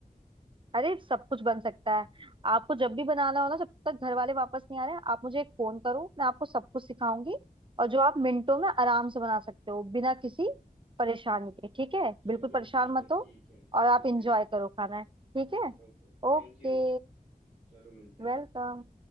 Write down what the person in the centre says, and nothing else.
चलो
ठीक
है
ठीक है
ओके
Okay thank
you चलो मिलते हैं